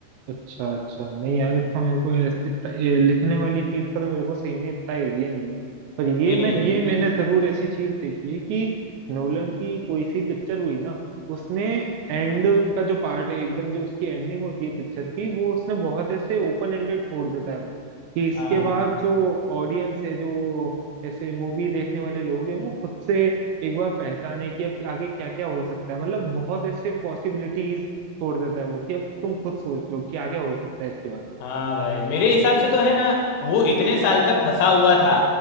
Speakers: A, on the right; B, on the left.
A: अच्छा अच्छा नहीं यार इतना मेरे को ऐस- इतना ये लिखने वाली चीज का तो मेरे को सही में इतना आइडिया नहीं है पर ये
B: नहीं नहीं
A: मैं ये
B: उनकी
A: मैंने जरूर ऐसी चीज देखी है कि नोलन की कोई सी पिक्चर हुई ना उसने एंड का जो पार्ट है एकदम जो उसकी एंडिंग होती है पिक्चर की वो उसने बहुत ऐसे ओपन एंडेड छोड़ देता है वो कि इसके
B: हाँ
A: बाद जो ऑडियंस है जो ऐसे मूवी देखने वाले लोग हैं वो खुद से एक बार पहचाने कि अब आगे क्या क्या हो सकता है मतलब बहुत ऐसे पॉसिबिलिटीज छोड़ देता है वो कि अब तुम खुद सोच लो क्या क्या हो सकता है इसके बाद
B: हाँ भाई मेरे हिसाब से तो है ना वो इतने साल तक फंसा हुआ था